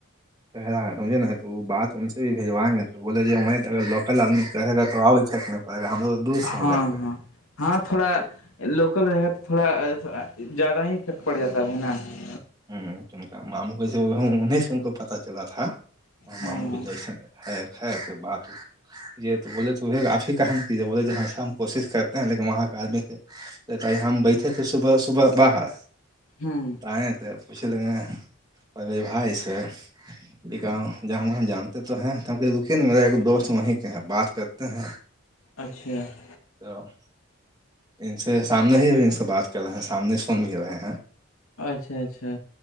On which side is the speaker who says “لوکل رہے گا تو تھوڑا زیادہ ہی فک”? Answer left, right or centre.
Left